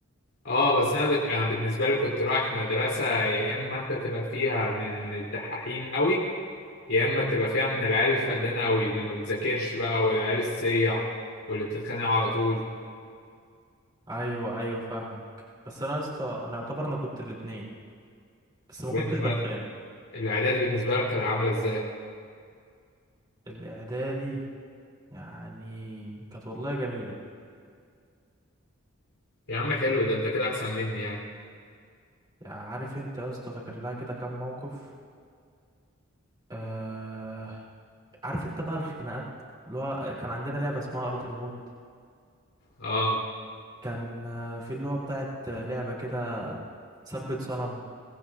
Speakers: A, on the left; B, on the right.
A: اه بس انا ب... يعني بالنسبة لي كنت رايح مدرسة يا اما انت تبقى فيها من الدحاحين قوي يا اما تبقى فيها من العيال الفقدانة قوي اللي ما بتذاكرش بقى والعيال السيع واللي بتتخانق على طول
B: ايوه ايوه فاهمك بس انا يا اسطى انا يعتبر انا كنت الاتنين بس ما
A: طب
B: كنتش
A: انت
B: بتخانق
A: بقى الاعداد بالنسبة لك كانت عاملة ازاي؟
B: الاعدادي يعني كانت والله جميله
A: يا عم حلو ده انت كده احسن مني يعني
B: يعني عارف انت يا اسطى فاكر لها كده كام موقف آه عارف انت بقى الخناقات اللي هو كان عندنا لعبه اسمها ارض الموت
A: اه
B: كان آه، في اللي هو بتاعت لعبه كده ثبت صنم